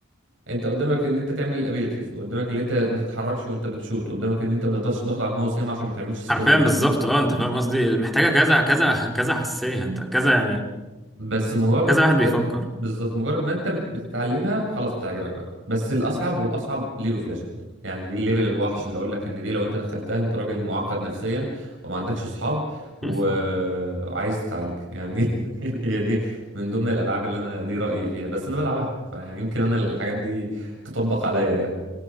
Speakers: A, on the right; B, in the centre.
A: انت قدامك ان انت تعمل الابيليتيز وقدامك ان انت ما تتحركش وانت بتشوت قدامك ان انت ما تقدرش تضغط على الماوس ياما عشان ما تعملش سبراي
B: حرفيا بالظبط اه انت فاهم قصدي محتاجه كذا كذا كذا حساسيه انت كذا يعني
A: بس مجرد
B: كذا
A: ما
B: واحد
A: انت
B: بيفكر
A: بالظبط مجرد ما انت بت- بتتعلمها خلاص بتعجبك بقى بس الاصعب والاصعب ليج اوف ليجند يعني دي الليفل الوحش اللي اقول لك ان دي لو انت دخلتها انت راجل معقد نفسيا وما عندكش اصحاب وعايز
B: <laughs>
A: تتعالج يعني <laughs> هي دي من ضمن الالعاب اللي انا دي رايي فيها بس انا بلعبها فيمكن انا الحاجات دي تطبق عليا يعني